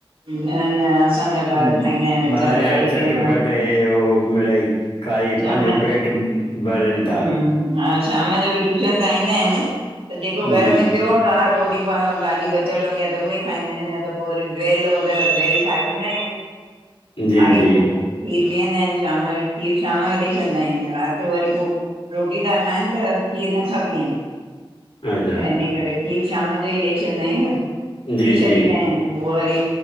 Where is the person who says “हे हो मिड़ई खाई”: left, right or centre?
Left